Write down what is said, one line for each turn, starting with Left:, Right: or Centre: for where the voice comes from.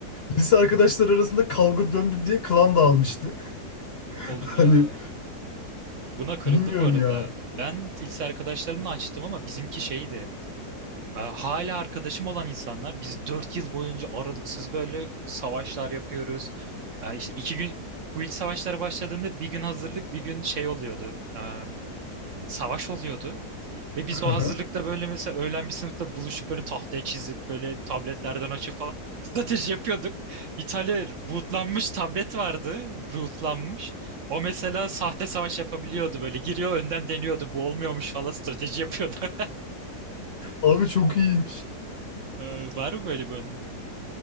Left: Lise arkadaşlar arasında kavga döndü diye klan dağılmıştı. <laughs>
Right: <laughs> Oğlum
Left: Hani
Right: ya. Buna kırıldı
Left: bilmiyorum
Right: bu arada.
Left: ya.
Right: Ben lise arkadaşlarımla açtım ama bizimki şeydi. E, Hala arkadaşım olan insanlar biz 4 yıl boyunca aralıksız böyle savaşlar yapıyoruz. E, İşte iki gün guild savaşları başladığında bir gün hazırlık bir gün şey oluyordu. E, Savaş oluyordu. Ve biz
Left: <laughs>
Right: o hazırlıkta böyle mesela öğlen bir sınıfta buluşup böyle tahtaya çizip böyle tabletlerden açıp falan <laughs> strateji yapıyorduk. Bir tane bootlanmış tablet vardı. Bootlanmış. O mesela sahte savaş yapabiliyordu böyle. Giriyor önden deniyordu. Bu olmuyormuş falan strateji yapıyordu. <laughs>
Left: Abi çok iyiymiş.
Right: E, Var mı böyle bir anın?